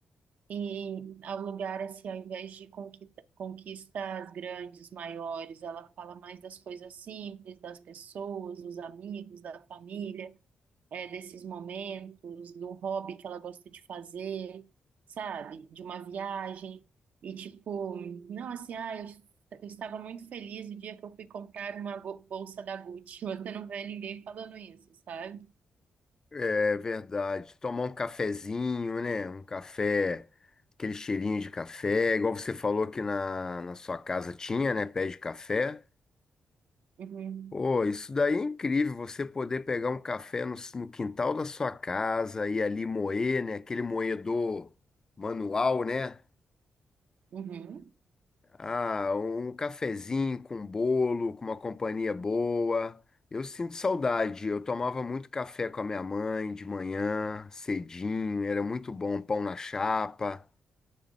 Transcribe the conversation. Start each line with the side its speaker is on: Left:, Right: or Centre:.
Right: E ao lugar, assim, ao invés de conquista, conquistas grandes, maiores, ela fala mais das coisas simples, das pessoas, dos amigos, da família é, desses momentos, do hobby que ela gosta de fazer, sabe? De uma viagem. E tipo, não, assim, ah, eu, est- eu estava muito feliz o dia que eu fui comprar uma go- bolsa da Gucci. <laughs> Você não vê ninguém falando isso, sabe?
Left: É verdade. Tomar um cafezinho, né? Um café, aquele cheirinho de café, igual você falou que na, na sua casa tinha, né? Pé de café.
Right: Uhum.
Left: Pô, isso daí é incrível, você poder pegar um café no, no quintal da sua casa e ali moer, né? Aquele moedor manual, né?
Right: Uhum.
Left: Ah, um cafezinho com bolo, com uma companhia boa. Eu sinto saudade. Eu tomava muito café com a minha mãe de manhã, cedinho, era muito bom, pão na chapa.